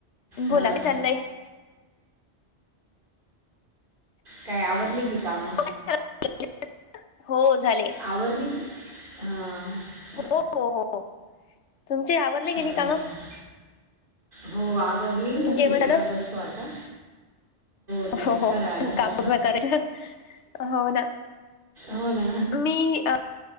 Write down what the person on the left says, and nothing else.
बोला
काय चाललंय
<unintelligible> हो झाले.
हो हो हो तुमचे आवरली कि नयी
काम?
जेवण झालं
हो हो
<unintelligible> हो ना.
मी